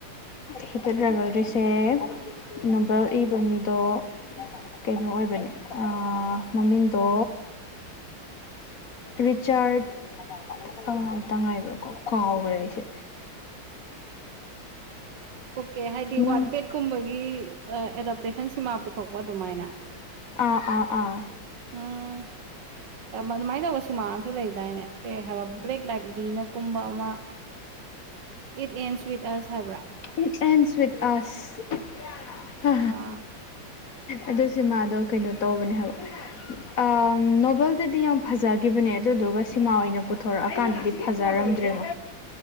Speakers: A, on the left; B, on the right.
A: ꯍꯤꯇꯠ ꯔꯕꯦꯜꯔꯤꯁꯦ ꯅꯣꯕꯦꯜ ꯏꯕ ꯃꯤꯗꯣ ꯀꯩꯅꯣ ꯑꯣꯏꯕꯅꯦ ꯃꯃꯤꯡꯗꯣ ꯔꯤꯆꯥꯔꯠ ꯑꯝꯇ ꯉꯥꯏꯕ꯭ꯔꯥꯀꯣ ꯀꯥꯎꯈ꯭ꯔꯦ ꯑꯩꯁꯦ
B: ꯑꯣꯀꯦ ꯍꯥꯏꯗꯤ
A: ꯅꯪ
B: ꯋꯥꯔꯠꯄꯦꯠꯀꯨꯝꯕꯒꯤ ꯑꯦꯗꯥꯞꯇꯦꯁꯟ ꯁꯤꯃꯥ ꯄꯨꯊꯣꯛꯄ ꯑꯗꯨꯃꯥꯏꯅ
A: ꯑꯥ ꯑꯥ ꯑꯥ
B: ꯎꯝ ꯑꯗꯨꯃꯥꯏꯅ ꯇꯧꯕ ꯁꯤꯃꯥ ꯑꯃꯁꯨ ꯂꯩꯗꯥꯏꯅꯦ <unintelligible> ꯀꯨꯝꯕ ꯑꯃ ꯏꯠ ꯑꯦꯟꯁ ꯋꯤꯠ ꯑꯁ ꯍꯥꯏꯕ꯭ꯔꯥ
A: ꯏꯠ ꯑꯦꯟꯁ ꯁꯋꯤꯠ ꯑꯁ
B: ꯑꯥ
A: ꯑꯗꯨ ꯁꯤꯃꯥꯗꯣ ꯀꯩꯅꯣ ꯇꯧꯕꯅꯦ ꯍꯥꯏꯕ ꯑꯝ ꯅꯣꯕꯦꯜꯗꯗꯤ ꯌꯥꯝ ꯐꯖꯒꯤꯕꯅꯦ ꯑꯗꯨꯗꯨꯒ ꯁꯤꯃꯥ ꯑꯣꯏꯅ ꯄꯨꯊꯣꯔꯛꯑꯀꯥꯟꯗꯗꯤ ꯐꯖ ꯔꯝꯗ꯭ꯔꯦꯕꯣ